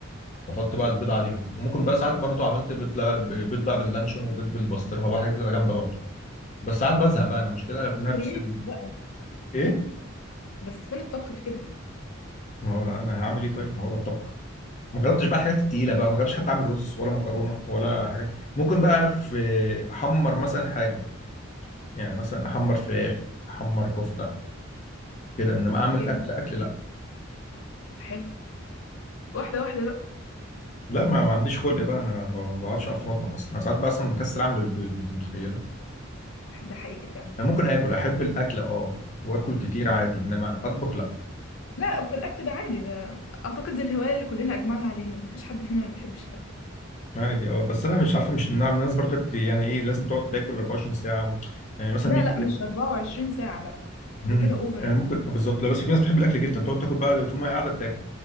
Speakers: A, on the left; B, on the left.
A: واحط بقى البيض عليهم وممكن بقى ساعات برضو عملت بيض لا- بيض بقى باللانشون وبيض بالبسطرمه بقى حاجه بتبقى جامده برضو بس ساعات بزهق بقى انا المشكله نفس
B: كرييتيف
A: ال...
B: بقى
A: ايه
B: بس فين الطبخ في كده
A: ما هو انا هعمل ايه طيب ما هو ده الطبخ ما جربتش بقى الحاجات التقيله بقى ما جربتش حتى اعمل رز ولا مكرونه ولا حاجه ممكن بقى في احمر مثلا حاجه يعني مثلا احمر فراخ احمر كفته كده انما اعمل
B: جامد
A: اكل اكل لا
B: حلو واحده واحده بقى
A: لا ما, ما عنديش خلق بقى انا ب- ما بعرفش اقف في المطبخ اصلا انا ساعات بقى اصلا بكسل اعمل البيض انت متخيله
B: ده حقيقي فعلا
A: انا ممكن اكل احب الاكل اه واكل كتير عادي انما اطبخ لا
B: لا وفي الاكل ده عادي ده اعتقد دي الهوايه اللي كلنا اجمعنا عليها مفيش حد فينا ما بيحبش الاكل
A: عادي اه بس انا مش عارفه مش نعم الناس برضه بت- يعني ايه لازم تقعد تاكل 24 ساعه و... يعني مثلا
B: لا
A: بيجي
B: لا مش 24 ساعه لا
A: امم
B: ده كده اوفر
A: يعني ممكن آه، بالظبط لا بس في ناس بتحب الاكل جدا تقعد تاكل بقى طول ما هي قاعده بتاكل